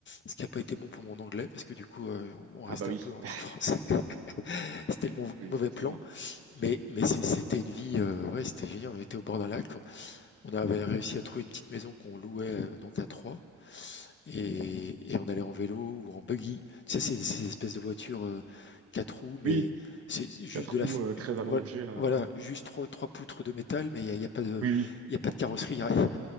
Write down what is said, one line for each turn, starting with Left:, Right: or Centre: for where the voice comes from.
Left: ce qui n'a pas été bon pour mon anglais parce que du coup, euh, on restait
Right: Ah bah oui.
Left: un peu entre
Right: <laughs>
Left: Français. <laughs> C'était le mau-
Right: Oui,
Left: mauvais
Right: forcément.
Left: plan, mais, mais c'est- c'était une vie, euh, ouais, c'était génial. On était au bord d'un lac, on, on avait réussi à trouver une petite maison qu'on louait euh, donc à trois et, et on allait en vélo ou en buggy. Tu sais, ces, ces espèces de voitures euh, quatre roues, mais
Right: Oui,
Left: c'est juste
Right: quatre
Left: de
Right: roues
Left: la. f-
Right: euh, très allongées,
Left: Voilà,
Right: là.
Left: voilà,
Right: Ouais.
Left: juste trois, trois poutres de métal, mais il n'y a, il y a pas de,
Right: Oui,
Left: il y a pas de carrosserie. il y a rien.